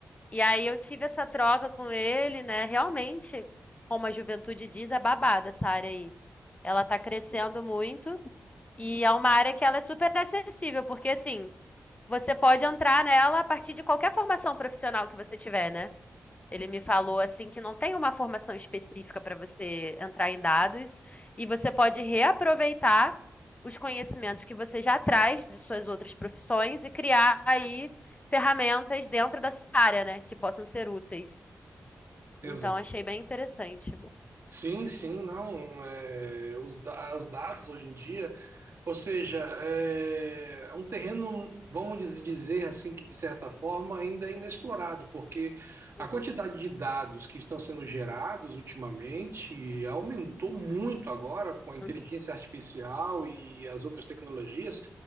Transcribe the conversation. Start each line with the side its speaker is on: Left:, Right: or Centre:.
Left: E aí eu tive essa troca com ele, né? Realmente, como a juventude diz, é babada essa área aí. Ela tá crescendo muito e é uma área que ela é super acessível, porque assim, você pode entrar nela a partir de qualquer formação profissional que você tiver, né? Ele me falou assim que não tem uma formação específica para você entrar em dados e você pode reaproveitar os conhecimentos que você já traz de suas outras profissões e criar aí ferramentas dentro da sua área, né, que possam ser úteis.
Right: Exato.
Left: Então achei bem interessante.
Right: Sim, sim, não. é, os, da- os dados hoje em dia Ou seja, é é um terreno, vamos diz- dizer assim, que de certa forma ainda é inexplorado, porque a
Left: Uhum,
Right: quantidade de dados que estão sendo gerados ultimamente aumentou muito agora com a inteligência
Left: uhum,
Right: artificial e as outras tecnologias,